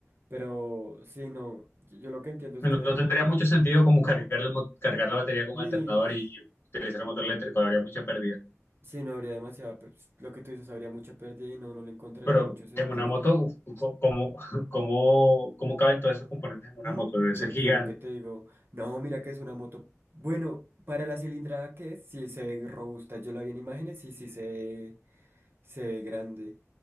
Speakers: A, on the right; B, on the left.
A: Pero sí, no, yo yo lo que entiendo es
B: No,
A: que
B: no tendría mucho sentido como cargar, el mo- cargar la batería con
A: sí,
B: un alternador
A: sí,
B: y utilizar el motor eléctrico, habría mucha pérdida.
A: no habría demasiada, pe- lo que tú dices, habría mucha pérdida y no, no le encontraría
B: Pero
A: mucho sentido.
B: en una moto, uf, co- ¿cómo, <laughs> cómo, cómo caben todos esos componentes en una
A: Mm,
B: moto? Debe
A: Yo,
B: ser gigante.
A: yo lo que te digo, no, mira que es una moto. Bueno, para la cilindrada que es, sí se ve robusta. Yo la vi en imágenes y sí se ve, se ve grande.